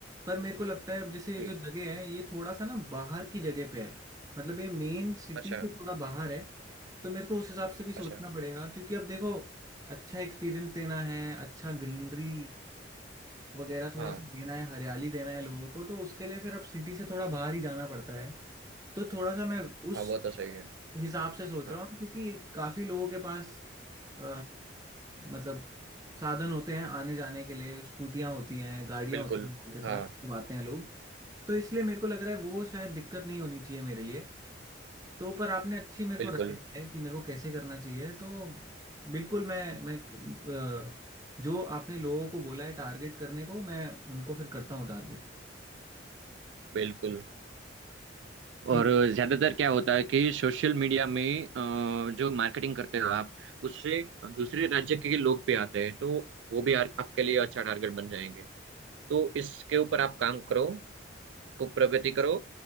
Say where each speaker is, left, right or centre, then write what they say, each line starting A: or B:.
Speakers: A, on the right (about 20°); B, on the right (about 80°).
A: पर मेरे को लगता है अब जैसे ये
B: ठीक
A: जो जगह है ये थोड़ा सा ना बाहर की जगह पे है मतलब ये मेन सिटी
B: अच्छा
A: से थोड़ा बाहर है तो मेरे को उस हिसाब से भी सोचना
B: अच्छा
A: पड़ेगा क्योंकि अब देखो अच्छा एक्सपीरियंस देना है अच्छा ग्रीनरी वगैरह थोड़ा
B: हाँ
A: सा देना है हरियाली देना है लोगों को तो उसके लिए फिर अब सिटी से थोड़ा बाहर ही जाना पड़ता है तो थोड़ा सा मैं उस
B: हाँ वो तो सही है
A: हिसाब से सोच
B: हाँ
A: रहा हूँ क्योंकि काफी लोगों के पास अ, मतलब साधन होते हैं आने जाने के लिए स्कूटियां होती हैं गाड़ियां
B: बिल्कुल
A: होती हैं लोगों के पास
B: हाँ
A: चलाते हैं लोग तो इसलिए मेरे को लग रहा है वो शायद दिक्कत नहीं होनी चाहिए मेरे लिए तो पर आपने अच्छी मेरे
B: बिल्कुल
A: को राय दी है कि मेरे को कैसे करना चाहिए तो बिल्कुल मैं मैं अ, जो आपने लोगों को बोला है टारगेट करने को मैं उनको फिर करता हूँ टारगेट
B: बिल्कुल
A: ठीक
B: और ज्यादातर क्या होता है कि सोशल मीडिया में अ, जो मार्केटिंग करते हो आप उससे दूसरे राज्य के लोग भी आते हैं तो वो भी आर- आपके लिए अच्छा टारगेट बन जाएंगे तो इसके ऊपर आप काम करो खूब प्रगति करो